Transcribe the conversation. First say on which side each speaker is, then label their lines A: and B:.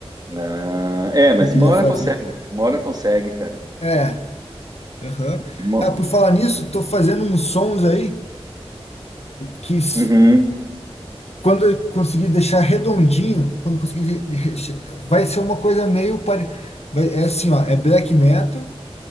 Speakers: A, on the right; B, on the left.
A: Ah, é, mas
B: que eu queria
A: uma hora
B: fazer.
A: consegue. Uma hora consegue, cara.
B: É, aham.
A: Uma-
B: Ah, por falar nisso, tô fazendo uns sons aí que s-
A: Uhum.
B: quando eu conseguir deixar redondinho, quando eu conseguir de- de- vai ser uma coisa meio pare... vai, é assim, ó, é black metal